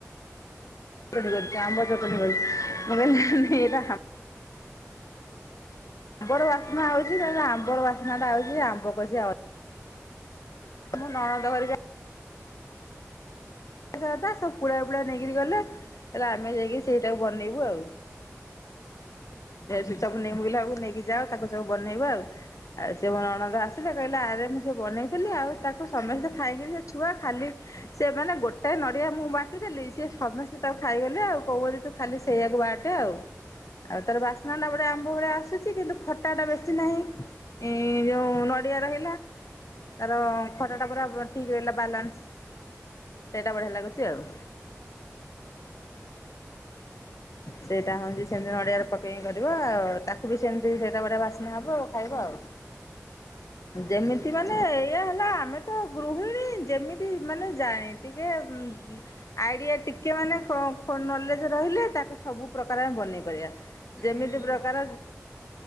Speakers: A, on the left; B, in the centre.
A: ଛ ଆମ୍ବ ଚଟଣି <unintelligible> ଆମ୍ବର ବାସ୍ନା ହଉଛି ତାଲେ ଆମ୍ବର ବାସ୍ନା ଟା ହଉଛି ଆମ୍ବ କଷିଆ
B: ହଉ
A: ମୋ ନଣନ୍ଦ ଘରିକା <unintelligible> ସବୁ ପୁଳା ପୁଳା ନେଇକିରି ଗଲେ ହେଲେ ଆମେ ଯାଇକି ସେଇଟାକୁ ବନେଇବୁ ଆଉ। <unintelligible> ନେଇକି ଯାଅ ତାକୁ ସବୁ ବନେଇବ ଆଉ। ଆଉ ସେ ମୋ ନଣନ୍ଦ ଆସିଲେ କହିଲେ ଆରେ ମୁଁ ସେ ବନେଇଥିଲି ଆଉ ତାକୁ ସମସ୍ତେ ଖାଇକିରି ସେ ଛୁଆ ଖାଲି ସେମାନେ ଗୋ ସେ ନଡ଼ିଆ ମୁଁ ବାଣ୍ଟିଦେଲି ସିଏ ସମସ୍ତେ ତାକୁ ଖାଇଗଲେ ଆଉ <unintelligible> ତୁ ଖାଲି ସେଇଆକୁ ବାଟେ ଆଉ। ଆଉ ତାର ବାସ୍ନାଟା ଗୋଟେ ଆମ୍ବ ଭଳିଆ ଆସୁଚି କିନ୍ତୁ ଖଟାଟା ବେଶୀ ନାହିଁ। ଏଁ ଯୋଉ ନଡିଆ ରହିଲା ତାର ଖଟାଟା ପୁରା ଠିକ୍ ରହିଲା ବାଲାନ୍ସ। ସେଇଟା ବଢିଆ ଲାଗୁଚି ଆଉ। ସେଇଟା ହଉଚି ସେମିତି ନଡିଆରେ ପକେଇକି କରିବ ଆଉ ତାକୁ ବି ସେମିତି ସେଇଟା ବଢିଆ ବାସ୍ନା ହବ ଆଉ ଖାଇବ ଆଉ। ଯେମିତି ମାନେ
B: ଆଜ୍ଞା।
A: ଏଇଆ ହେଲା ଆମେ ତ ଗୃହିଣୀ ଯେମିତି ମାନେ ଯାଏ ଟିକେ ଉଁ ଆଇଡିଆ ଟିକେ ମାନେ <unintelligible> ନଲେଯେ ରହିଲେ ତାକୁ ସବୁ ପ୍ରକାରେ ଆମେ ବନେଇ ପାରିବା।
B: ଆଜ୍ଞା,
A: ଯେମିତି ପ୍ରକାର
B: ଆଉ